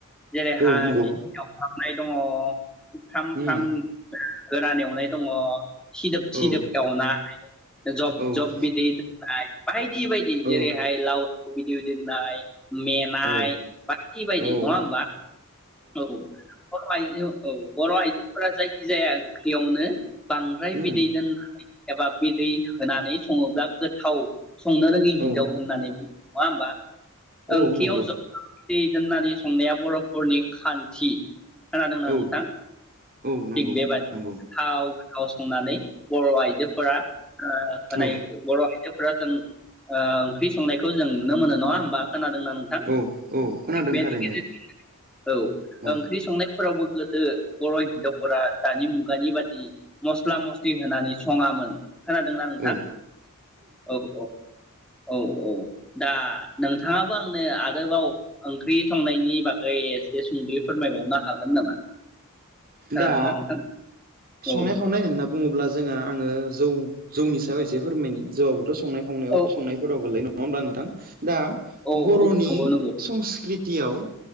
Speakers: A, in the centre; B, on the right (about 40°).
A: जेरैहाय
B: औ नंगौ
A: एवफ्राम होनाय दङ मुथाम मुथाम
B: उम
A: नो गोरान एवनाय दङ सिदोब
B: औ
A: सिदोब गावना <unintelligible> जब
B: औ
A: जब बिदै दोननाय बाय दि बायदि
B: औ
A: जेरैहाय लाव <unintelligible> मेनाय
B: औ
A: बायदि बायदि
B: औ
A: नङा होमबा औ बर' आइजो औ बर' आइ फोरा जायखि जाया ओंख्रियावनो बांद्राय
B: उम
A: बिदै दोननानै एबा बि दै होनानै सङोब्ला गोथाव संनो रोङि हिनजाव
B: औ
A: होननानै बुङो नङा होमबा। ओंख्रियाव
B: औ नंगौ
A: जों दै होननानै संनाया बर'फोरनि खान्थि। खोनादोंना
B: औ
A: नोंथां
B: औ नंगौ
A: थिग बेबादिनो
B: नंगौ
A: थाव गाव संनानै बर' आइजोफोरा ओ मानै
B: औ
A: बर' आइ आयजोफोरा जों ओ ओंख्रि संनायखौ जों नुनो मोनो नङा होमबा। खोनादोंना नोंथां
B: औ औ खोनादों
A: थिग बेनि
B: थारैनो
A: गेजेरजोंनो औ
B: औ
A: ओंख्रि संनाय फोरावबो गोदो बर हिनजावफोरा दानि मुगानि बादि मस्ला मस्लि होनानै सङामोन। खोनादोंना नोंथां?
B: औ
A: औ औ औ औ दा नोंथ थाङाबो आंनो आरोबाव ओंख्रि संनायनि बागै एसे सुंदयै फोरमायबावनो हागोन नामा? खोनादोंना
B: दा
A: नोंथां? औ
B: संनाय खावनाय होनना बुङोब्ला जोंहा आङो जौ जौनि सायाव एसे फोरमायनि जौआबोथ संनाय खावनायाव
A: औ
B: संनायफोराव गोलैयोन नङा होमबा नोंथां? दा
A: औ
B: बरनि
A: नंगौ
B: संस्कृत तियाव जो ।